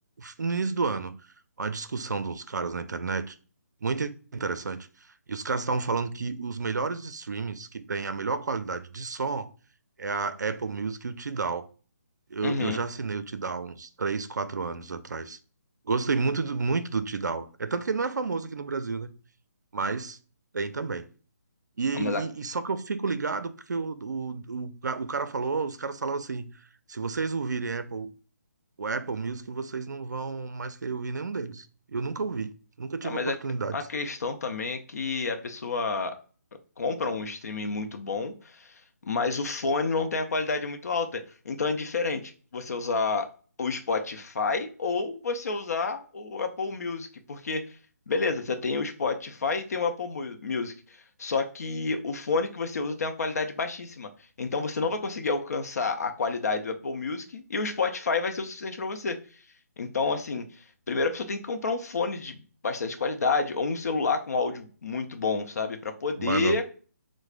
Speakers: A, on the right; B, on the left.
A: no início do ano uma discussão de uns caras na internet, muito interessante. E os caras estavam falando que os melhores streams que têm a melhor qualidade de som é a Apple Music e o Tidal. Eu,
B: Uhum.
A: eu já assinei o Tidal uns 3 4 anos atrás. Gostei muito do, muito do Tidal. É tanto que ele não é famoso aqui no Brasil, né? Mas tem também. E,
B: Ah, Mas, a,
A: e- e só que eu fico ligado porque o, o, o, ca- o cara falou, os caras falavam assim, se vocês ouvirem Apple, o Apple Music, vocês não vão mais querer ouvir nenhum deles. Eu nunca ouvi, nunca tive
B: ah, mas
A: oportunidade.
B: a, a questão também é que a pessoa compra um streaming muito bom. mas o fone não tem a qualidade muito alta. Então é diferente você usar o Spotify ou você usar o Apple Music, porque beleza, você tem o Spotify e tem o Apple Mu- Music, só que o fone que você usa tem uma qualidade baixíssima. Então você não vai conseguir alcançar a qualidade do Apple Music e o Spotify vai ser o suficiente para você. Então assim, primeiro a pessoa tem que comprar um fone de bastante qualidade ou um celular com áudio muito bom, sabe, para poder
A: Mano,